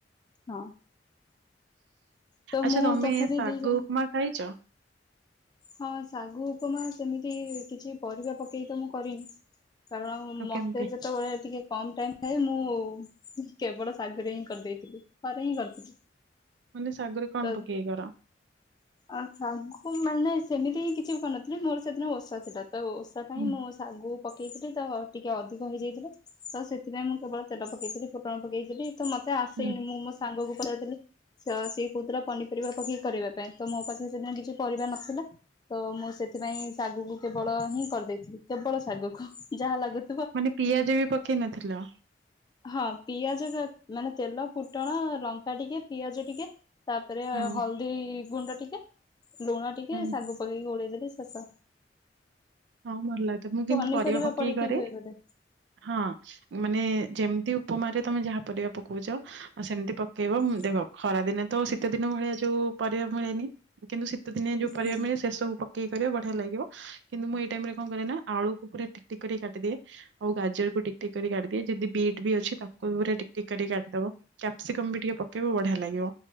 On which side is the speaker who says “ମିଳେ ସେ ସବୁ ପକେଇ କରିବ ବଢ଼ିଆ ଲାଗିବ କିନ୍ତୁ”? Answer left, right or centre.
Right